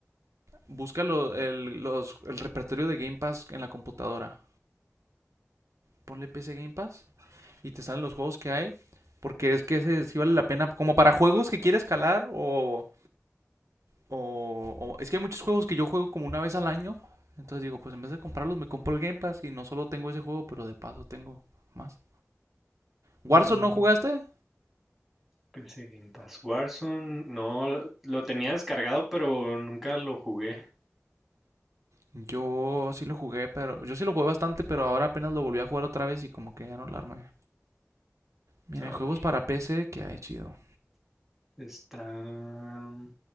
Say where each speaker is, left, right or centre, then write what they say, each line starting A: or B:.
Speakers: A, on the right; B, in the centre.
A: busca lo- el, los- el repertorio de Game Pass en la computadora. Ponle PC Game Pass y te salen los juegos que hay. Porque es que ese sí vale la pena. Como para juegos que quieres calar o, o- o- Es que hay muchos juegos que yo juego como una vez al año. Entonces digo, pues en vez de comprarlos, me compro el Game Pass y no solo tengo ese juego, pero de paso tengo más. ¿Warzone
B: Mm,
A: no jugaste?
B: pensé Game Pass. Warzone, no, lo- tenía descargado, pero nunca lo jugué.
A: Yo sí lo jugué, pero yo sí lo jugué bastante, pero ahora apenas lo volví a jugar otra vez y como que ya no lo armé. Miren,
B: A
A: juegos
B: ver,
A: para PC que hay chido.
B: está mm,